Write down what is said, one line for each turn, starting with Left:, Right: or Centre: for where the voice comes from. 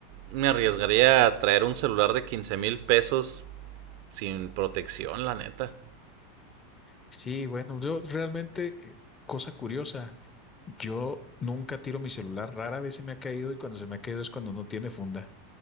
Right: me arriesgaría a traer un celular de quince mil pesos sin protección, la neta.
Left: Sí, bueno, yo realmente, eh, cosa curiosa, yo nunca tiro mi celular, rara vez se me ha caído y cuando se me ha caído es cuando no tiene funda.